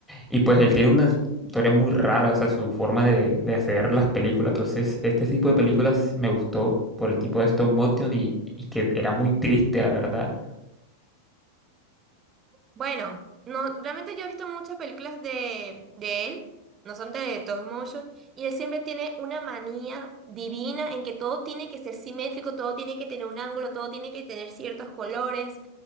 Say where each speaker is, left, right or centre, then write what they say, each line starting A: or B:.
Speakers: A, in the centre; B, on the right (about 25°).
A: y pues él tiene una historia muy rara, o sea, su forma de, de hacer las películas. Entonces, este tipo de películas me gustó por el tipo de stop motion y, y que era muy triste, la verdad.
B: Bueno, no, realmente yo he visto muchas películas de, de él, no son de Tom motion, y él siempre tiene una manía divina en que todo tiene que ser simétrico, todo tiene que tener un ángulo, todo tiene que tener ciertos colores.